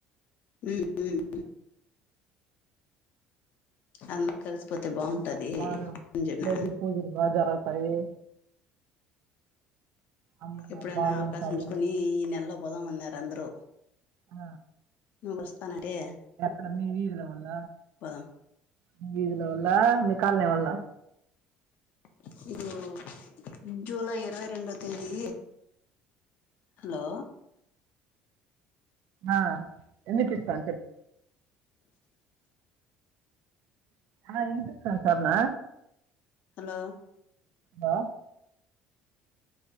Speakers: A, on the left; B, on the right.
A: ఉమ్ ఉమ్
B: అ
A: అందరం కలిసిపోతే బాగుంటది
B: అన్నారు బాగా
A: అని చెప్పిన
B: రోజు పూజలు బా జరగతాయి అమ్మవారు
A: ఎప్పుడైనా
B: బాగుంటాయి
A: అవకాశం చుసుకొని ఈ నెలలో పోదామన్నారు అందరు
B: ఆ
A: నువ్ వస్తానంటే
B: ఎక్కడ మీ వీధుల వాళ్ల
A: పోదాం
B: మీ వీధుల వాల్ల మీ కాలనీ వాళ్ళ
A: ఇస్ ఇబుడు జులై ఇరవై రెండో తేదీ హలో
B: ఆ ఎందుకు ఇస్తాను చెప్పు ఆ ఇనిపిస్తాంది సర్ణ
A: హలో
B: హ